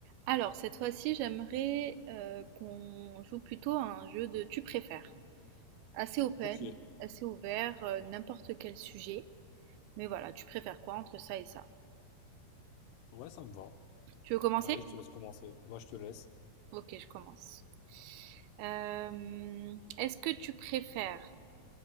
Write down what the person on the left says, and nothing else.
Ok,
ouais, ça me va.
Allez, je te laisse commencer. Bah, je te laisse.